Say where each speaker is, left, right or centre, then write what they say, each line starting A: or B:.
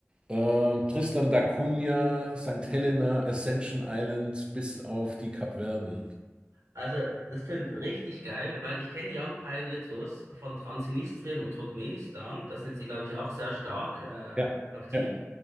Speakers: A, on the right; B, on the right.
A: ähm, Tristan da Cunha, St. Helena, Ascension Island bis auf die Kapverden.
B: Also, das tönt richtig geil, weil ich kenne Young Pioneer Tours von Transnistrien und Turkmenistan. Da sind sie, glaube ich, auch sehr stark äh,
A: Ja,
B: aktiv.
A: ja.